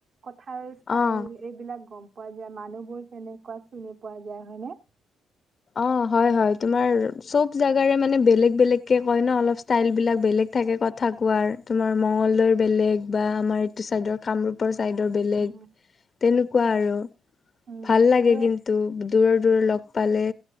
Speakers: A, on the right (about 55°); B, on the left (about 40°).
A: কথাৰ ষ্টাইল
B: অ',
A: এইবিলাক গম পোৱা যায়, মানুহবোৰ কেনেকুৱা চিনি পোৱা যায়, হয়নে
B: অ', হয় হয় তোমাৰ চব জেগাৰে মানে বেলেগ, বেলেগ কে কয় ন, অলপ ষ্টাইল বিলাক বেলেগ থাকে, কথা কোৱাৰ তোমাৰ মংগলদৈৰ বেলেগ বা আমাৰ এইটো চাইডৰ কামৰূপৰ ছাইডৰ বেলেগ
A: উম,
B: তেনেকুৱা আৰু
A: উম,
B: ভাল লাগে,
A: আৰু
B: কিন্তু দূৰৰ দূৰৰ লগ পালে।